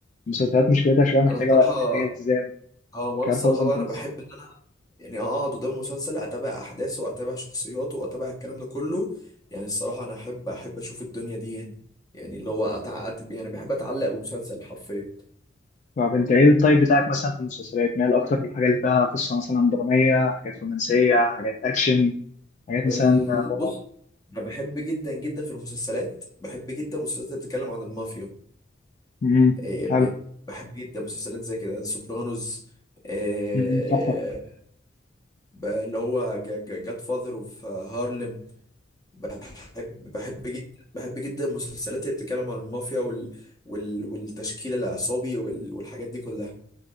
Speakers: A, on the left; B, on the left.
A: المسلسلات مشكلتها شويه محتاجه
B: انا الصراحه
A: وقت محتاجه التزام
B: اه وانا
A: مش عارف
B: الصراحه
A: اوزن
B: بقى
A: في
B: انا
A: المس-
B: بحب يعني آه، اقعد قدام المسلسل اتابع احداثه واتابع شخصياته واتابع الكلام ده كله يعني الصراحه انا احب احب اشوف الدنيا دي يعني يعني اللي هو أتع... أت- يعني بحب اتعلق بمسلسل حرفيا
A: طب انت ايه التايب بتاعك مثلا في المسلسلات مايل اكتر للحاجه اللي فيها قصه مثلا دراميه حاجات رومانسيه حاجات اكشن حاجات مثلا
B: ال...
A: رعب
B: بص انا بحب جدا جدا في المسلسلات بحب جدا المسلسلات اللي بتتكلم عن المافيا
A: امم
B: إيه، ب-
A: حلو
B: بحب جدا مسلسلات زي كده سوبرانوس إيه،
A: امم تحفه
B: ب- اللي هو جاد فاذر وفي هارلم بحب بحب جدا بحب جدا المسلسلات اللي بتتكلم عن المافيا وال... وال... والتشكيل العصابي وال... والحاجات دي كلها